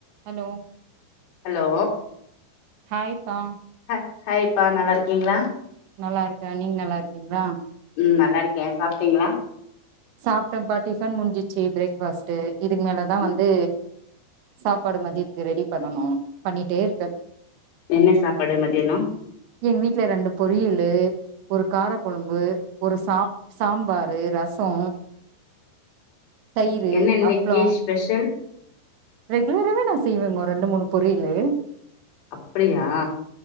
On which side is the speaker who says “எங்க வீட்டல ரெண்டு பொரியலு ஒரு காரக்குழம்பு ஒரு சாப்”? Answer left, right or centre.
Right